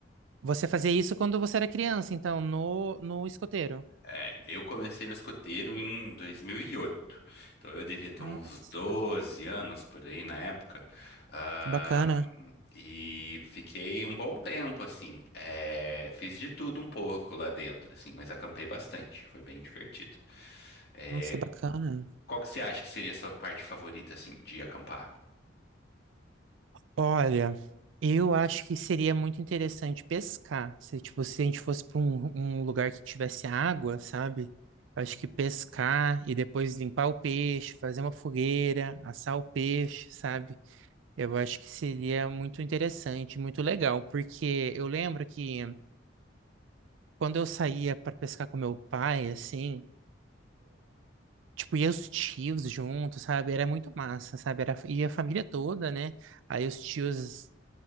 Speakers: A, on the right (about 80°); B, on the left (about 55°).
A: você fazia isso quando você era criança, então, no, no escoteiro.
B: É, eu comecei no escoteiro em dois mil e oito. então eu devia ter
A: Nossa,
B: uns 12 anos por aí na época, ah,
A: que bacana.
B: e fiquei um bom tempo, assim, É, fiz de tudo um pouco lá dentro, assim, mas acampei bastante, foi bem divertido. É,
A: Nossa, que bacana.
B: qual que você acha que seria a sua parte favorita, assim, de acampar?
A: Olha, eu acho que seria muito interessante pescar. Se, tipo, se a gente fosse para um, um lugar que tivesse água, sabe? Eu acho que pescar e depois limpar o peixe, fazer uma fogueira, assar o peixe, sabe? Eu acho que seria muito interessante, muito legal, porque eu lembro que quando eu saía para pescar com meu pai, assim, tipo, ia os tios juntos, sabe? Era muito massa, sabe? Era, ia a família toda, né? Aí os tios.